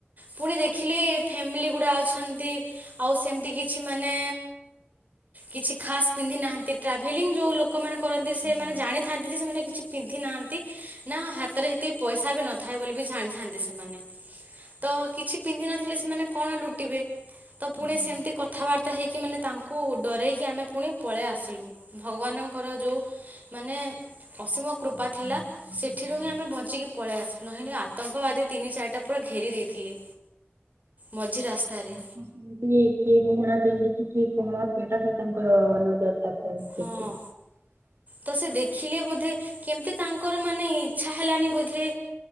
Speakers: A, on the right; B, on the right.
A: ପୁଣି ଦେଖିଲେ ଫ୍ୟାମିଲି ଗୁଡା ଅଛନ୍ତି। ଆଉ ସେମିତି କିଛି ମାନେ କିଛି ଖାସ୍ ପିନ୍ଧି ନାହାଁନ୍ତି ଟ୍ରାଭେଲିଂ ଯୋଉ ଲୋକମାନେ କରନ୍ତି ସେମାନେ
B: ହଁ
A: ଜାଣିଥାନ୍ତି ଯେ ସେମାନେ କିଛି ପିନ୍ଧି ନାହାଁନ୍ତି। ନା ହାତରେ ହେତିକି ପଇସା କଥା ବିି ନଥାଏ ବୋଲି ବି ଜାଣିଥାନ୍ତି ସେମାନେ ତ କିଛି ପିନ୍ଧି ନଥିଲେ ସେମାନେ କଣ ଲୁଟିବେ? ତ ପୁଣି
B: ଦୟାରେ
A: ସେମିତି କଥାବାର୍ତ୍ତା ହେଇକି କି ମାନେ ତାଙ୍କୁ ଡରାଇକି ଆମେ ପୁଣି ପଳେଇ ଆସିଲୁ ଭଗବାନଙ୍କର ଯେଉଁ ମାନେ ଅସୀମ କୃପା
B: କୁହାଯିବ
A: ଥିଲା
B: ହଁ।
A: ସେଥିରୁ ହିଁ ଆମେ ବଞ୍ଚିକି ପଳେଇ ଆସୁୁ ନହେଲେ ଆତଙ୍କବାଦୀ ତିିନି ଚାରି ଟା ପୁରା ଘେରି ଦେଇଥିଲେ
B: <unintelligible>
A: ମଝି ରାସ୍ତାରେ
B: କଣ ସେଇଟା ହିଁ ତାଙ୍କର ନଜର ଟା
A: ହଁ
B: ଦେଖ
A: ତ ସେ ଦେଖିଲେ ବୋଧେ କେମିତି ତାଙ୍କର ମାନେ ଇଚ୍ଛା ହେଲାନି ବୋଧେ